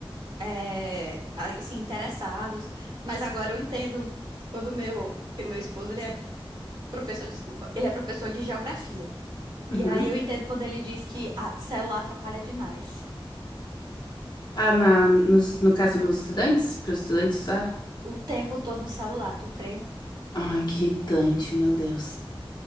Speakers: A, on the right; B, on the left.
A: é, assim, interessados. Mas agora eu entendo quando meu, porque meu esposo, ele é professor, desculpa, ele é professor de geografia.
B: Uhum.
A: E aí eu entendo quando ele diz que a celular atrapalha demais.
B: Ah, na, nos, no caso, nos estudantes, para os estudantes usarem?
A: O tempo todo no celular, tu crê?
B: Ai, que irritante, meu Deus.